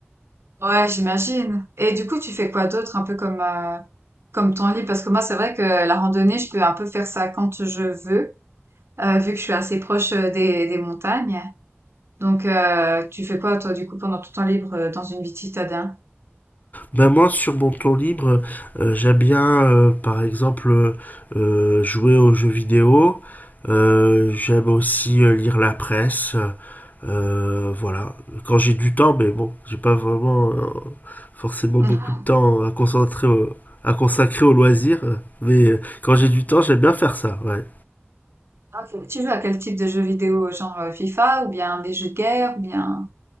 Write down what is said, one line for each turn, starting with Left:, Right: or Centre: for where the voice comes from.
Right: Ouais, j'imagine. Et du coup, tu fais quoi d'autre, un peu comme, euh, comme ton lit Parce que moi, c'est vrai que la randonnée, je peux un peu faire ça quand je veux, euh, vu que je suis assez proche euh, des, des montagnes. Donc, euh, tu fais quoi, toi, du coup, pendant tout ton temps libre, euh, dans une vie de citadin?
Left: Ben moi, sur mon temps libre, euh, j'aime bien, euh, par exemple, euh, euh, jouer aux jeux vidéo. Euh, j'aime aussi euh, lire la presse. Euh, voilà. Quand j'ai du temps, mais bon, j'ai pas vraiment euh, forcément
Right: Mhm.
Left: beaucoup de temps à concentrer au- à consacrer aux loisirs. Mais euh, quand j'ai du temps, j'aime bien faire ça. ouais.
Right: Ah, ok. Tu joues à quel type de jeux vidéo? Genre euh, FIFA, ou bien des jeux de guerre, ou bien...